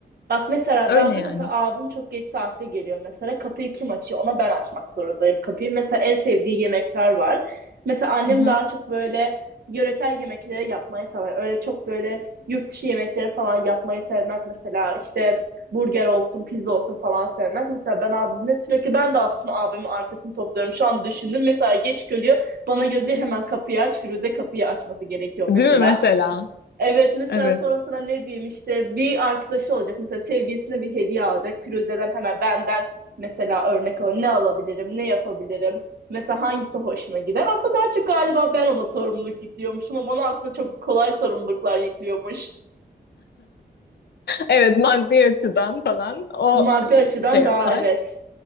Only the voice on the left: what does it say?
Öyle
yani.
Hı hı.
Değil
mi mesela?
Evet.
Evet maddi açıdan falan o
şey yapar.